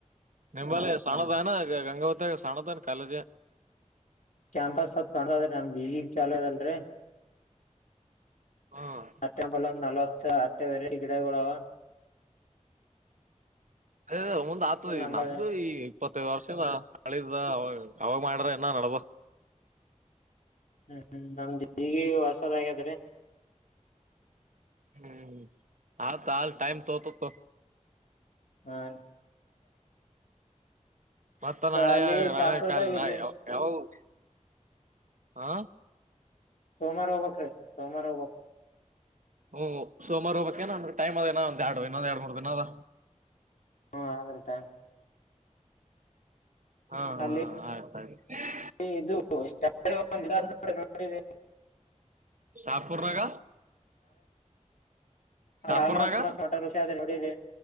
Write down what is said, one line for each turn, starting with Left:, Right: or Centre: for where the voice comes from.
Right: ನಿಂಬಲ್ಲಿ ಸಣದಾನ ಗಂಗಾವತ್ಯಾಗ ಸಣದೇನ್ ಕಾಲೇಜ
Left: ಕ್ಯಾಂಪಸ್ ಸ್ಪಲ್ಪ ಸಣದದ್ರಿ ನಮ್ದ ಈಗೀಗ ಚಾಲು ಆಗ್ಯದಲ್ಲರಿ
Right: ಹ್ಮ್
Left: ಮತ್ತಯಾಂಬಲ್ ಒಂದ ನಲವತ್ತ ತ್ತೆ ವೆರೈಟಿ ಗಿಡಗೋಳವ
Right: ಏ ಏ ಮುಂದ ಆತದ ಈಗ
Left: ನಂಬಲ್
Right: ನಮ್ದು ಈ ಇಪ್ಪತ್ತೈದು ವರ್ಷದ ಹಳಿದದ ಅವಾಗ ಅವಾಗ ಮಾಡ್ರ ಇನ್ನ ನಡ್ದದ
Left: ಹ್ಮ್ ಹ್ಮ್ಮ್ ನಮ್ದ್ ಈಗಿಗ್ ಹೊಸದಾಗ್ಯಾದ್ರಿ
Right: ಹ್ಮ್ ಹಾ ಕಾಲ ಟೈಮ್ ತೂತದ ತೋ
Left: ಹ್ಮ <unintelligible>
Right: ಮತ್ತ ನಾಳೆ
Left: ಅಲ್ಲಿ ಶಾಪುರ್ದಾಗ
Right: ನಾಳೆ ಕಾಲನ
Left: ಇಲ್ರಿ
Right: ಯಾವಗ ಹಾ
Left: ಸೋಮವಾರ ಹೋಬೇಕ್ರಿ ಸೋಮವಾರ ಹೋಬೇಕ್
Right: ಒಹೋ ಸೋಮಾರ ಹೋಗ್ಬೇಕೇನ್ ಅಂದ್ರ ಟೈಮ್ ಅದಾ ಹೀನಾ ಯಾಡ ದಿನ ಇನ್ನೊಂದ ಯಾಡ್ ಮೂರ ದಿನ ಅದ
Left: ಹ್ಮ ಆದ್ರಿ ಟೈಮ್
Right: ಹಾ ಹಾ
Left: ಅಲ್ಲಿ
Right: ಆಯತಾಯ್ತ ಹ್ಮ <unintelligible>
Left: ಇದು <unintelligible>
Right: ಶಾಪುರ್ನಾಗ
Left: ಸಾಲು
Right: ಶಾಪುರ್ನಾಗ
Left: ಮರದ ತಿಮ್ಮಕ್ಕನ ವಟ ವೃಕ್ಷ ಆದರಿ ನೋಡರಿ